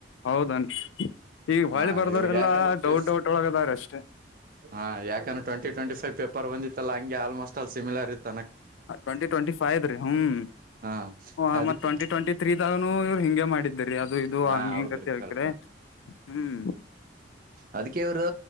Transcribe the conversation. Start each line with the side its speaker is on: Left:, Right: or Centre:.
Left: ಹೌದನ್ ಈಗ ಹೊಳಿ
Right: ಹಾ
Left: ಬರ್ದವ್ರೆಲ್ಲಾ
Right: ಇವಾಗ ಯಾಕಂದ್ರೆ
Left: ಡೌಟ್ ಡೌಟ್ ಒಳಗದ್ರ ಅಷ್ಟೇ.
Right: ಹಾ ಯಾಕಂದ್ರೆ ಟ್ವೆಂಟಿ ಟ್ವೆಂಟಿ ಫೈವ್ ಪೇಪರ್ ಬಂದಿತ್ತಲ್ಲ ಹಂಗೆ ಆಲ್ಮೋಸ್ಟ್ ಅಲ್ಲಿ ಸಿಮಿಲರ್ ಇತ್ತ್
Left: ಟ್ವೆಂಟಿ ಟ್ವೆಂಟಿ ಫೈವ್ ದು ರೀ ಹ್ಮ್
Right: ಹಾ
Left: ಹ
Right: ಅದಕ್ಕೆ
Left: ಮತ್ತ್ ಟ್ವೆಂಟಿ ಟ್ವೆಂಟಿ ತ್ರೀದಾಗನು ಇವ್ರು ಹಿಂಗೆ ಮಾಡಿದ್ರರಿ ಅದು ಇದು
Right: ಹಾ
Left: ಹಂಗ
Right: ಹೌದ್ರಿ
Left: ಹಿಂಗ ಹೇಳ್ಕ್ರೆ
Right: ಕರೆಕ್ಟ್
Left: ಹ್ಮ್
Right: ಅದಕ್ಕೆ ಇವರು